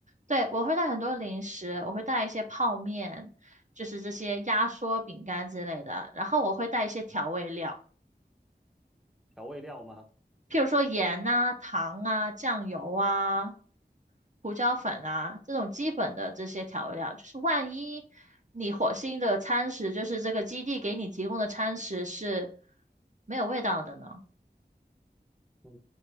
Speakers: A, on the right; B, in the centre.
A: 对，我会带很多零食，我会带一些泡面，就是这些压缩饼干之类的，然后我会带一些调味料，
B: 调味料吗？
A: 譬如说盐啊、糖啊、酱油啊、胡椒粉啊这种基本的这些调味料，就是万一你火星的餐食，就是这个基地给你提供的餐食是没有味道的呢？
B: 嗯，